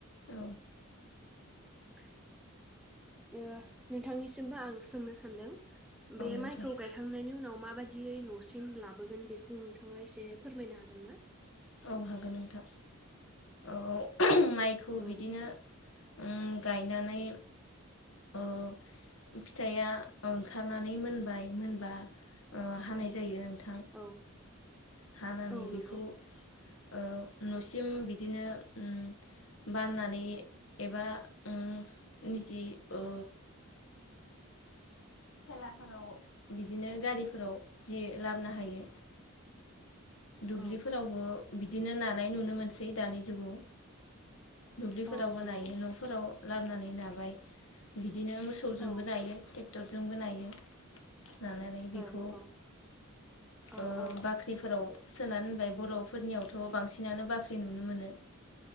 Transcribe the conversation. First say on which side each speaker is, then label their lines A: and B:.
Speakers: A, on the left; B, in the centre.
A: औ
B: <inaudible> ओ नोंथांनिसि जेनबा आं सोंनो सानदों बे
A: नोंथां
B: माइखौ गायखांनायनि उनाव माबाय दियै न'सिम लाबोगोन बेखौ नोंथाङा एसे फोरमायनो हागोन ना
A: औ हागोन नोंथां औ माइखौ बिदिनो
B: औ
A: उम गायनानै ओ फिथाइया ओंखारनानै मोनबाय मोनबा ओ हानाय जायो।
B: औ
A: हानानै
B: औ
A: बेखौ
B: नंगौ
A: ओ न'सिम बिदिनो उ बाननानै एबा उ ओ निजि ओ थेलाफोराव बि बिदिनो गारिफोराव जि ला बोनो हायो दुब्लिफोरावबो
B: औ
A: बिदिनो नानाय नुनो मोनसै दानि जुगाव दुब्लिफोरावबो
B: औ नंगौ
A: नायो न'फोराव लाबोनानै नाबाय बिदिनो मोसौजोंबो
B: औ
A: जायोे जोंबो नायो नानानै बेखौ
B: औ नंगौ औ
A: ओ
B: औ
A: बाख्रिफोराव सोनानै दोनबाय बर' फोरनियावथ' बांसिनानो बा ख्रि नुनो मोनो।